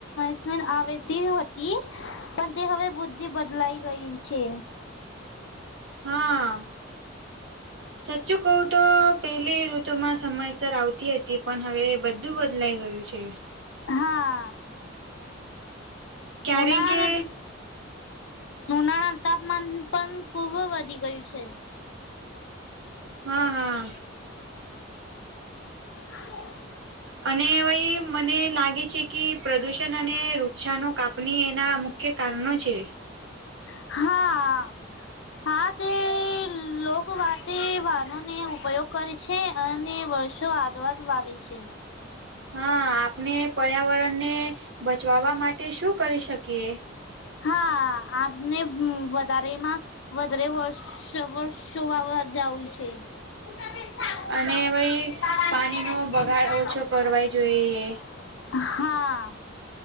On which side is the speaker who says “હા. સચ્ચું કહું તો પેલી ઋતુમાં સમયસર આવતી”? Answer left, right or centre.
Right